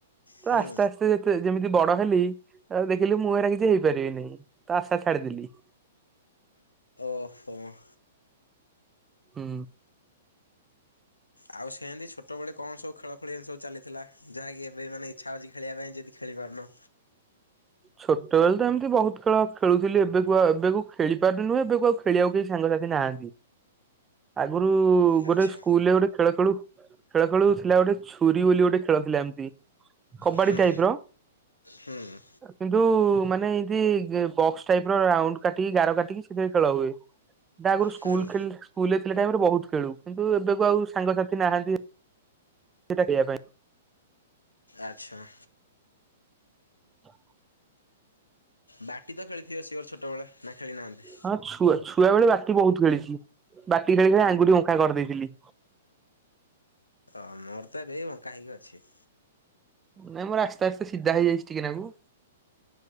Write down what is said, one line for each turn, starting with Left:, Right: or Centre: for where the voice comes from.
Right: ତ
Left: ହୁଁ
Right: ଆସ୍ତେ ଆସ୍ତେ ଯେ ଯେମିତି ବଡ ହେଲି ତାପରେ ଦେଖିଲି ମୁଁ ଏରା କିଛି ହେଇପାରିବି ନାହିଁ ତ ଆଶା ଛାଡିଦେଲି।
Left: ଓଫହ୍।
Right: ହୁଁ।
Left: ଆଉ ସେନ୍ତି ଛୋଟବେଳେ କଣ ସବୁ ଖେଳ ଖଳି ଏମି ସବୁ ଚାଲିଥିଲା ଯାହାକି ଏବେ ମାନ ଇଛା ଅଛି ଖେଳ ପାଇଁ ଯଦି ଖେଳିପାରୁନ।
Right: ଛୋଟବେଳେ ତ ଏମିତି ବହୁତ ଖେଳ ଖେଳୁଥିଲି ଏବେକୁ ଆଉ ଏବେକୁ ଖେଳିପାରୁ ନି ନୁହେଁ ଏବେ ଆଉ ଖେଳକୁ କେହି ସାଙ୍ଗସାଥି ନାହାନ୍ତି। ଆଗରୁ
Left: ଆଚ୍ଛା
Right: ଗୋଟେ ସ୍କୁଲରେ ଗୋଟେ ଖେଳ ଖେଳୁ ଖେଳ ଖେଳ ଥିଲା ଗୋଟେ ଛୁରୀ ବୋଲି ଗୋଟେ ଖେଳ ଥିଲା ଏମିତି କବାଡି
Left: ହୁଁ
Right: ଟାଇପ ର
Left: ହୁଁ।
Right: କିନ୍ତୁ ମାନେ ଇନ୍ତୀ ବକ୍ସ ଟାଇପ ର ରାଉଣ୍ଡ କାଟିକି ଗାର କାଟିକି ସେଥିରେ ଖେଳ ହୁଏ। ତା ଆଗରୁ ସ୍କୁଲ
Left: ହୁଁ
Right: ଖେଲ୍ ସ୍କୁଲ ଥିଲା ଟାଇମ ରେ ବହୁତ ଖେଳୁ କିନ୍ତୁ ଏବେ କୁ ଆଉ ସାଙ୍ଗସାଥି ନାହାନ୍ତି। ସେଟାହିବା ପାଇଁ
Left: ଆଚ୍ଛା।
Right: ହ।
Left: ବାଟି ତ ଖେଳିଥିବେ ସିଓର ଛୋଟବେଳେ ନା ଖେଳି ନାହାନ୍ତି?
Right: ହଁ ଛୁଆ ଛୁଆବେଳେ ବାଟି ବହୁତ ଖେଳିଥିଲି ବାଟି ଖେଳି ଖେଲି ଆଙ୍ଗୁଠ ବଙ୍କା କରିଦେଇଥିଲି।
Left: ଅ ମୋର ତ ଏବେ ବଙ୍କା ହେଇକି ଅଛି।
Right: ନାଇଁ ମୋର ଆସ୍ତେ ଆସ୍ତେ ସିଧା ହେଇଯାଇଛି ଟିକେନାକୁ।